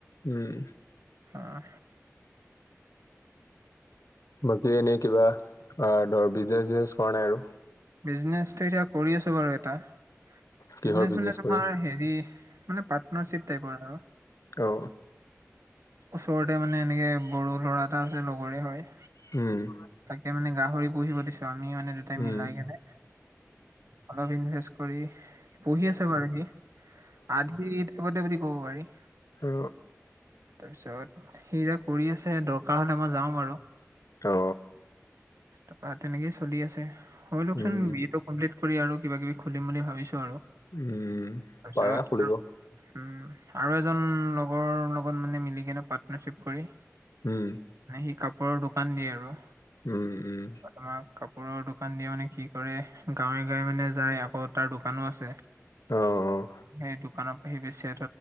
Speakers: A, on the left; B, on the right.
A: উম।
B: হয়।
A: বাকী এনেই কিবা ধৰ বিজনেচ চিজনেচ কৰা নাই আৰু?
B: বিজনেছটো এতিয়া কৰি আছোঁ বাৰু ইয়াত। তাৰ,
A: কিহৰ
B: বিজনেচ
A: বিজনেছ
B: মানে তোমাৰ
A: কৰি?
B: হেৰি পাৰ্টনাৰচিপ টাইপৰ আৰু।
A: অ
B: ওচৰতে মানে এনেকে বড়ো ল'ৰা এটা আছে লগৰে হয়।
A: উম
B: তাকে মানে গাহৰি পুহিব দিছো আমি মানে দুটাই
A: উম।
B: মিলাই কিনে অলপ ইনভেষ্ট কৰি পঢ়ি আছে বাৰু সি আদিত সেইবতে বুলি ক'ব পাৰি
A: অ
B: তাৰপিছত সি এয়া কৰি আছে দৰকাৰ হলে মই যাম আৰু
A: অ
B: তাৰপৰা তেনেকেই চলি আছে হয় লক
A: উম
B: চোন কমপ্লিট কৰি আৰু কিবা কিবি খুলিম বুলি ভাবিছো আৰু তাৰপিছত
A: উম পাৰা খুলিব
B: উম আৰু এজন লগৰ লগত মানে মিলি কেনে পাৰ্টনাৰশ্বিপ কৰি
A: উম
B: মানে সি কাপোৰৰ দোকান দিয়ে আৰু
A: উম উম
B: আমাক কাপোৰৰ দোকান দিয়ে মানে কি কৰে গাঁৱে গাঁৱে মানে যায় আকৌ তাৰ দোকানো আছে।
A: অঁ অঁ
B: সেই দোকানৰ আহি বেছে